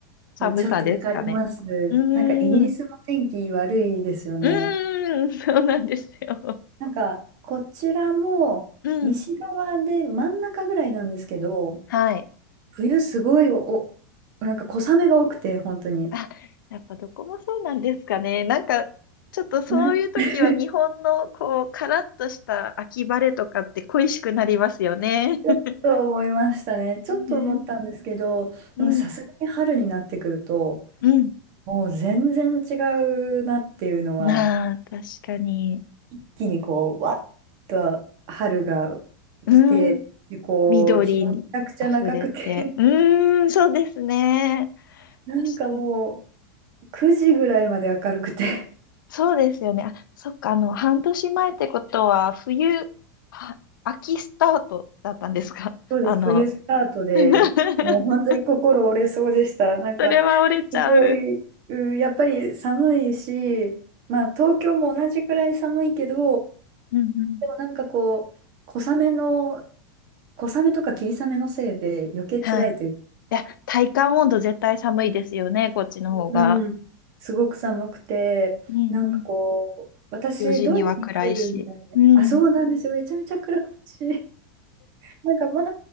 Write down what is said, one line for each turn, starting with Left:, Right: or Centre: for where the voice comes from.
Left: 寒さですかね。
Right: ちょっとわかります。
Left: うーん。
Right: なんかイギリスの天気悪いですよね。
Left: うーん、そうなんですよ。
Right: なんか、こちらも西側で真ん中ぐらいなんですけど、
Left: うん。はい。
Right: 冬すごいお、おなんか小雨が多くて、本当に。
Left: あ、やっぱどこもそうなんですかね。なんか、ちょっとそういう時は日本のこう、
Right: な <laughs>
Left: カラッとした秋晴れとかって恋しくなりますよね。
Right: ちょっと思いましたね。
Left: <laughs>
Right: ちょっと思ったんですけど、
Left: ね、うん、
Right: でもさすがに春になってくると、
Left: うん。
Right: もう全然違うなっていうのは、
Left: なあ、確かに。
Right: 一気にこう、わっと春が
Left: うん、
Right: 来て、で、こう、
Left: 緑に溢れて。
Right: 日もめちゃくちゃ長くて、
Left: うーん、そうですね。
Right: <laughs> なんかも
Left: 確かに
Right: う、9時ぐらいまで明るくて、
Left: そうですよね。あ、そっか、あの、半年前ってことは、冬、は、秋スタートだったんですか
Right: <laughs>
Left: <laughs>
Right: そうです、
Left: あの、
Right: 冬スタートで、
Left: <laughs>
Right: もう本当に心折れそうでした。なんか、
Left: それは折れちゃう。
Right: すごい、うんやっぱり寒いし、まあ、東京も同じくらい寒いけど、
Left: うんうん。
Right: でもなんかこう、小雨の、小雨とか霧雨のせいで余計辛いというか、
Left: はい。いや、体感温度絶対寒いですよね、こっちの方が。
Right: うん。すごく寒くて、
Left: うんうん。
Right: なんかこう、私、
Left: 4時には暗いし。
Right: ドイツに来る前、
Left: うん。
Right: あ、そうなんですよ、めちゃめちゃ暗いし。なんか前、